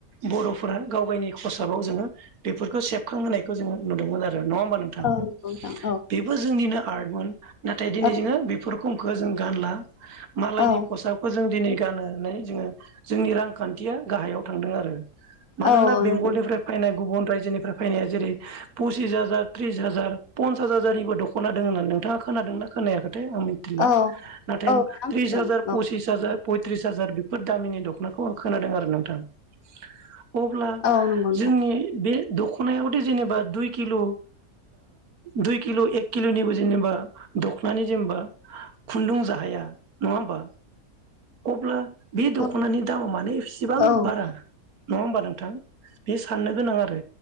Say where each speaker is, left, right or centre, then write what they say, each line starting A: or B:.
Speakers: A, on the right; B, on the left.
A: बर'फोरा गाव गायनि खसाबाव जोङो बेफोरखौ सेबखांहोनायखौ जोङो नुदोंमोन आरो। नङा होमबा नोंथां
B: औ नंगौ नोंथां औ
A: बेबो जोंनिनो आर्टमोन नाथाय दिनै
B: औ
A: जोङो बेफोर खमखौ जों गानला मालायनि
B: औ
A: खसाबखौ जों दिनै गान <unintelligible> होननानै जोङो जोंनि रांखान्थिया गाहायाव थांदों आरो । मानोना
B: औ
A: बेंगलनिफ्राय
B: नंगौ
A: फैनाय गुबुन रायजोनिफ्राय फैनाया जेरै पसिस हाजार त्रिस हाजार पन्सास हाजारनिबो दख'ना द होननानै नोंथाङा खोनादोंना खोनायाखै? नाथाय आं मिथिला
B: औ
A: नाथाय
B: औ नोंथां
A: त्रिस
B: खोनादों
A: हाजार फसिस
B: औ
A: हाजार पयथ्रिस हाजार बेफोर दामिनि दख'नाखौ आं खोनादों आरो नोंथां । अब्ला
B: औ नंगौ नोंथां
A: जोंनि बे दख'नायावथ' जेनेबा दुइ किल' दुइ किल' एक किल'निबो जेनेबा दख'नानि जेनेबा खुन्दुं जाहाय नङा होमबा अब्ला बे दख'नानि
B: औ
A: दामा मानोे इसेबां
B: औ
A: बारा नङा होमबा नोंथां? बे साननो गोनां आरो